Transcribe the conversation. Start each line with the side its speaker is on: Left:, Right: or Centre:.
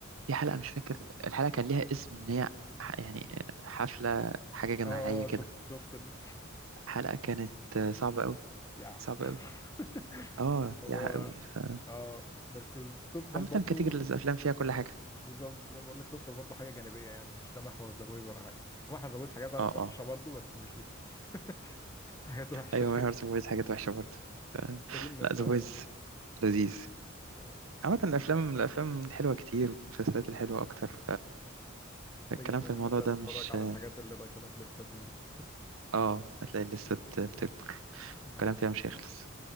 Right: في حلقة مش فاكر الحلقة كان ليها اسم ان هي ح- يعني آه، حفلة حاجة جماعية
Left: اه
Right: كده
Left: شفت شفت ال...
Right: حلقة كانت آه، صعبة قوي
Left: <laughs> يا
Right: صعبة قوي
Left: <laughs>
Right: اه
Left: موضوع
Right: يا قوي ف...
Left: اه بس تفضل
Right: عامة
Left: برضو
Right: كاتيجوري الافلام فيها كل حاجة
Left: بالظبط زي ما بقول لك تفضل برضو حاجه جانبيه يعني مش ده محور ذا بويز ولا حاجه محور ذا بويز حاجات وحشه
Right: اه اه
Left: برضو بس مش دي <laughs> حاجات وحشه
Right: ايوه محور ذا بويز حاجات وحشة برضه ف...
Left: محتاجين نبدأ
Right: لا ذا بويز لذيذ
Left: اه ده حقيقة
Right: عامة الأفلام الأفلام الحلوة كتير والمسلسلات الحلوة أكتر
Left: محتاجين
Right: فالكلام في الموضوع
Left: نبدأ
Right: ده
Left: نتفرج
Right: مش
Left: على الحاجات اللي ضايفينها في ليستاتنا دي
Right: اه هتلاقي الليستة بتكبر
Left: ده
Right: الكلام
Left: حقيقة
Right: فيها مش هيخلص